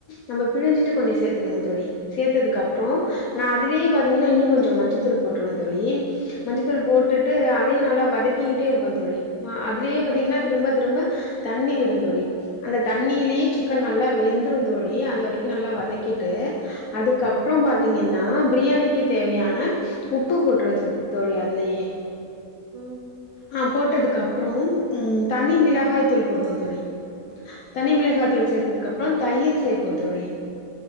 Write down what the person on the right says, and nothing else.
ம்,
ம்,
ம்,
ம்
ம்,